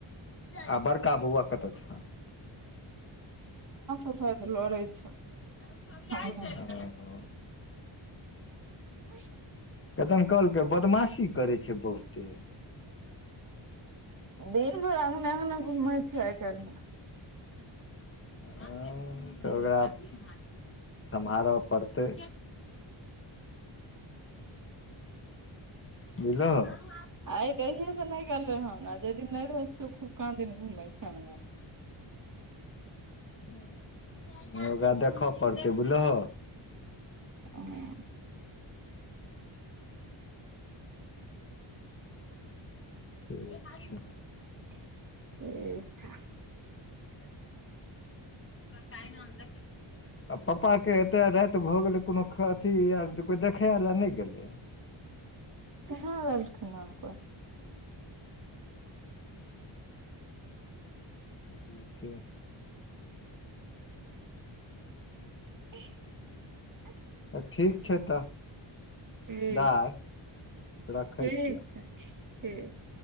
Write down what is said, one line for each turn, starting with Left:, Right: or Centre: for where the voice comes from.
Left: आ बड़का बौआ कत छ
Right: शायद लड़ै छ
Left: <unintelligible>
Right: अंगना <unintelligible>
Left: तखन कहलकै बदमाशी करे छै बहुते
Right: दिन भरि अंगना अंगना घूमेय छै आइ काल्हि मे
Left: ह तऽ ओकरा सम्हार पड़तै बुझल ह
Right: आइ रहिये तऽ नहि गेलै हन आ जेहि दिन नहि रहै छियौ खूब काँ दिन घुमै छ
Left: हम ओकरा देखऽ पड़तै बुझलहो
Right: ह
Left: ठीक छै
Right: ठीक छै
Left: <unintelligible> आ पापा के एते राति भऽ गेलै कोनो अथी आ कोई देखय ला नहि गेलै
Right: कहाँ गेलखिन हन कोइ
Left: ठीके छै
Right: <unintelligible>
Left: ठीक छै तऽ
Right: ठीक
Left: दाइ रखै
Right: ठीक
Left: छियह
Right: छै ठीक